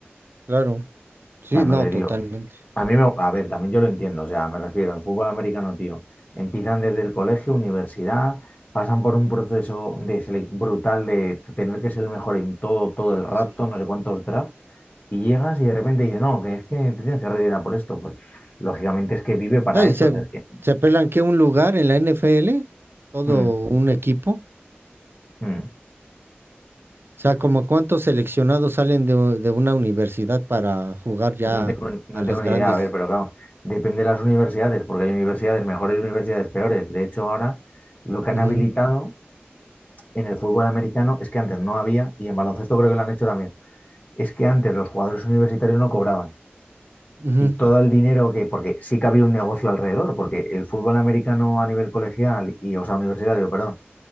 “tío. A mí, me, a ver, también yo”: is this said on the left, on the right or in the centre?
Left